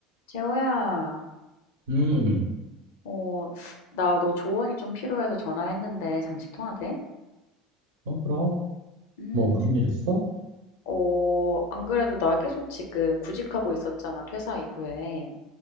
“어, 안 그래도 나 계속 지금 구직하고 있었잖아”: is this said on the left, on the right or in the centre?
Left